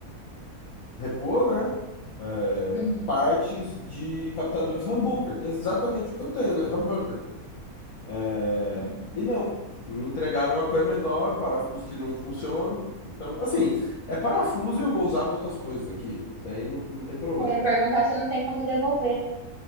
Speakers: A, on the left; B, on the right.
A: repor, né? é,
B: Uhum.
A: partes de captadores humbucker, que é exatamente o que eu tenho, né? Humbucker. É,
B: Uhum.
A: e não, me entregaram uma coisa menor, parafuso que não funciona. Então, assim, é parafuso e eu vou usar para outras coisas aqui. Até aí não, não tem problema.
B: É, Eu ia perguntar
A: Tipo,
B: se não tem como devolver,